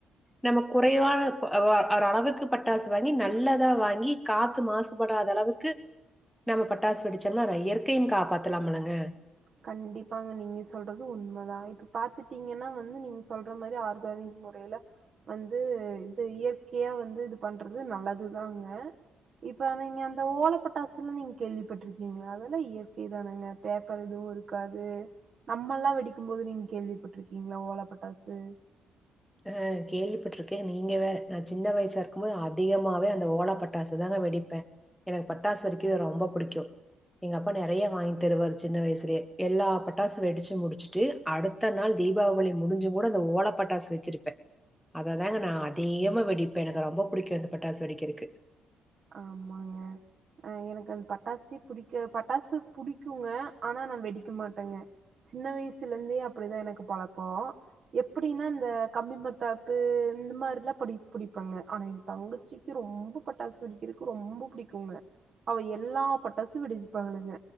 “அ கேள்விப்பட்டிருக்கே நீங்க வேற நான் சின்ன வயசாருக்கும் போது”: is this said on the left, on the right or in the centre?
Centre